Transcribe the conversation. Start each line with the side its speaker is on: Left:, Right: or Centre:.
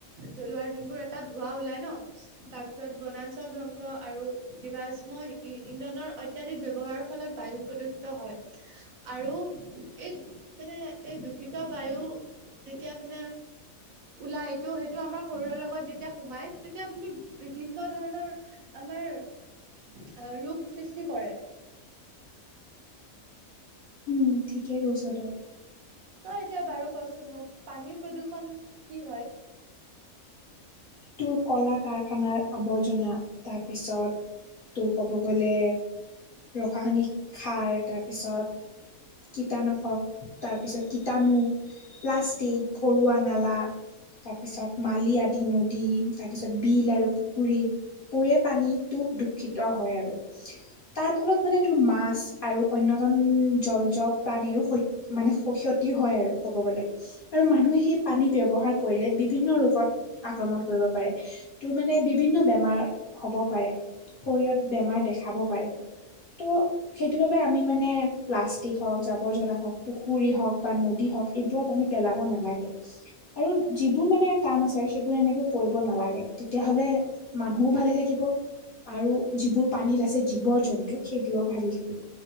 Right: জ্বলোৱাৰ যোনবোৰ এটা ধোঁৱা ওলাই নহ তাৰপিছত বনাঞ্চল ধ্বংস আৰু। জীৱশ্ম ইন্ধনৰ অত্যাধিক ব্যৱহাৰৰ ফলত বায়ু প্ৰদূষিত হয়। আৰু এই মানে এই দূষিত বায়ু। তিয়া মানে। উলাই এইটো সেইটো আমাৰ শৰীৰৰ লগত যেতিয়া সোমাই তেতিয়া তুমি বিভিন্ন ধৰণৰ। আমাৰ ৰোগ সৃষ্টি কৰে।
Left: উম ঠিকে কৈছোঁ তই।
Right: তই এতিয়া বাৰু কচোন মোক পানীৰ প্ৰদূষণ কি হয়?
Left: তোৰ কলা কাৰখানাৰ আৱৰ্জনা তাৰপিছত তোৰ ক'ব গ'লে ৰসায়নিক সাৰ তাৰপিছত কীটানাশক তাৰপিছত কীটানু প্লাষ্টিক, ঘৰুৱা নালা তাৰপিছত মালি আদি নো নদী তাৰপিছত বিল আৰু পুখুৰী পোৰে পানীটো দুখিত হয় আৰু তাৰফলত মানে তোৰ মাছ আৰু অনয়তম জলজ প্ৰাণীৰো হৈ মানে খ ক্ষতি হয় আৰু ক'ব গ'লে আৰু মানুহে সেই পানী ব্যৱহাৰ কৰিলে বিভিন্ন ৰোগত আক্ৰমণ কৰিব পাৰে তোৰ মানে বিভিন্ন বেমাৰ হ'ব পাৰে শৰীৰত বেমাৰ দেখাব পাৰে ত' সেইটো বাবে আমি মানে প্লাষ্টিক হওঁক জাবৰ জনা হওক পুখুৰী হওক বা নদী হওক এইবোৰত আমি পেলাব নালাগে আৰু যিবোৰ মানে কাম আছে সেইবোৰ এনেকে কৰিব নালাগে তেতিয়াহলে মানুহও ভালে থাকিব। আৰু যিবোৰ পানীত আছে জীৱ জন্তু সেইবোৰো ভাল থাকিব।